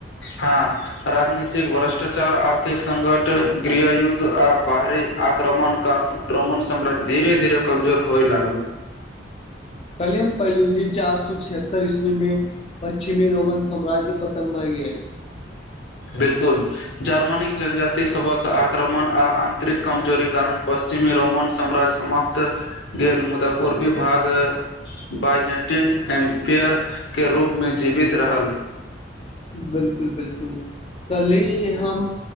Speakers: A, on the left; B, on the left.
A: हँ राजनीतिक भ्रष्टाचार आर्थिक संकट गृहयुद्ध आ बाहरी आक्रमण कारण रोमन साम्राज्य धीे धीरे कमजोर होय लागल
B: कल्हि हम पढ़लियौ जे चार सौ छिहत्तर ईसवी में पश्चिमी रोमन साम्राज्य पतन भै गेल
A: बिलकुल जर्मनीक जनजाति सभक आक्रमण आ आंतरिक कमजोरी कारण पस्त जे में रोमन साम्राज्य समाप्त भेल मुदा पूर्वी भाग वाइजेन्टीन एम्पेयर के रूप में जीवित रहल
B: बिल्कुल बिल्कुल पहले हम